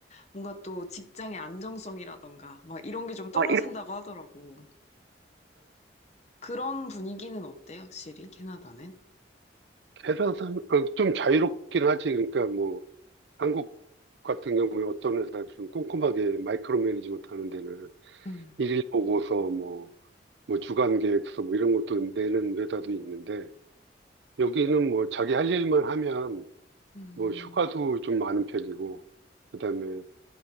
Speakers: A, on the left; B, on the right.
A: 뭔가 또 직장의 안정성이라던가, 막 이런 게 좀 떨어진다고
B: 아, 이
A: 하더라고. 그런 분위기는 어때, 확실히, 캐나다는?
B: 회사 사람, 어, 좀 자유롭긴 하지. 그러니까 뭐, 한국 같은 경우에 어떤 회사들은 꼼꼼하게 마이크로 매니지먼트 하는 데는
A: 음,
B: 일일 보고서 뭐, 뭐 주간 계획서 뭐 이런 것도 내는 회사도 있는데 여기는 뭐 자기 할 일만 하면
A: 음,
B: 뭐 휴가도 좀 많은 편이고 그다음에